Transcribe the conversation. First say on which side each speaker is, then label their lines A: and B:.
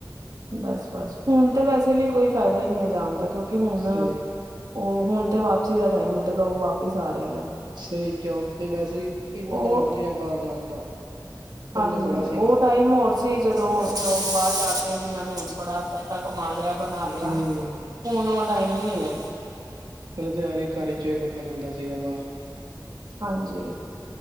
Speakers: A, on the right; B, on the right.
A: ਬਸ ਬਸ ਹੁਣ ਤੇ ਵੈਸੇ ਵੀ ਕੋਈ ਫਾਇਦਾ ਹੀ ਨਹੀਂ ਹੈ ਜਾਣ ਦਾ ਕਿਉਂਕਿ ਕਿ ਹੁਣ
B: ਸਹੀ
A: ਉਹ ਹੁਣ ਤੇ ਵਾਪਸੀ ਦਾ ਟਾਈਮ ਹੁਣ ਤੇ ਲੋਕ ਵਾਪਿਸ ਆ ਰਹੇ ਨੇ।
B: ਸਹੀ ਕਿਉਂ ਤੇ ਵੈਸੇ ਵੀ ਇੰਨਾ
A: ਉਹ
B: ਕਰਾਊਡ ਨਹੀਂ ਰਿਹਾ ਬਾਹਰ ਜਾਣ ਦਾ। ਪਹਿਲੇ
A: ਹਾਂਜੀ
B: ਬੜਾ
A: ਉਹ
B: ਸੀਗਾ
A: ਟਾਈਮ ਹੋਰ ਸੀ ਜਦੋਂ ਲੋਕ ਬਾਹਰ ਜਾ ਕੇ ਜਿੰਨਾਂ ਨੇ ਬੜਾ ਪੈਸਾ ਕਮਾ ਲਿਆ ਬਣਾ ਲਿਆ।
B: ਹੂੰ
A: ਹੁਣ ਉਹ ਟਾਈਮ ਨਹੀਂ ਏ।
B: ਪਹਿਲਾਂ ਤਾਂ ਹਰ ਇੱਕ ਘਰ ਚ ਬੰਦਾ ਜਾਂਦਾ ਸੀਗਾ ਬਾਹਰ।
A: ਹਾਂਜੀ।